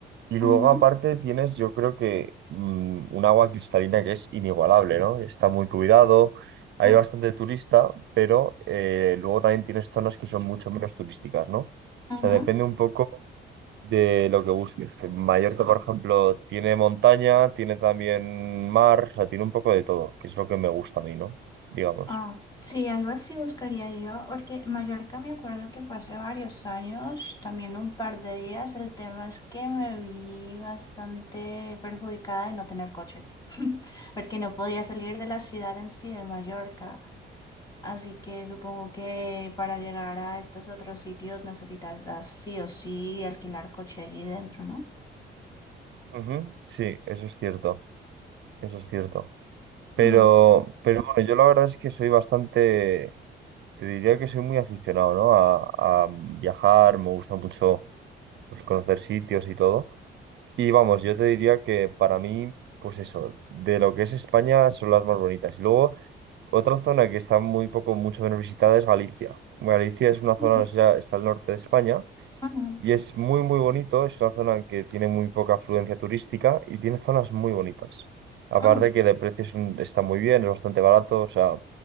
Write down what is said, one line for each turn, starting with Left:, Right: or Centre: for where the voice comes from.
Right: y
Left: mm,
Right: luego
Left: ujú,
Right: aparte tienes, yo creo que mm, un agua cristalina que es inigualable, ¿no? Está muy cuidado, hay
Left: mm,
Right: bastante turista, pero eh, luego también tienes zonas que son mucho menos turísticas, ¿no? O
Left: ujú.
Right: sea, depende un poco de lo que busques. Que Mallorca, por ejemplo, tiene montaña, tiene también mar, o sea, tiene un poco de todo, que es lo que me gusta a mí, ¿no? Digamos.
Left: Ah, sí, algo así buscaría yo, porque Mallorca me acuerdo que fue hace varios años, también un par de días. El tema es que me vi bastante perjudicada de no tener coche, <laughs> porque no podía salir de la ciudad en sí de Mallorca. Así que supongo que para llegar a estos otros sitios necesitas sí o sí alquilar coche allí dentro, ¿no?
Right: Ujú, Sí, eso es cierto, eso es cierto. Pero,
Left: Mm.
Right: pero bueno, yo la verdad es que soy bastante Te diría que soy muy aficionado, ¿no? A, a viajar, me gusta mucho pues, conocer sitios y todo. Y vamos, yo te diría que para mí, pues eso, de lo que es España son las más bonitas. Y luego, otra zona que está muy poco, mucho menos visitada es Galicia. Galicia es una zona,
Left: Mm,
Right: no sé, ya está al norte de España
Left: mm,
Right: y es muy, muy bonito. Es una zona que tiene muy poca afluencia turística y tiene zonas muy bonitas. Aparte
Left: mm.
Right: que de precio es un- está muy bien, es bastante barato, o sea,